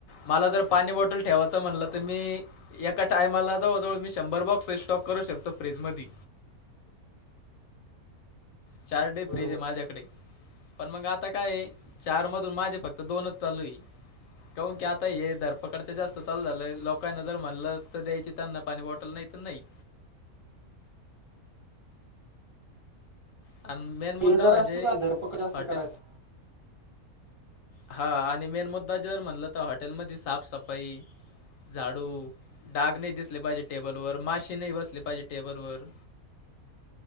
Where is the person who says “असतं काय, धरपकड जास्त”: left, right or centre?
Right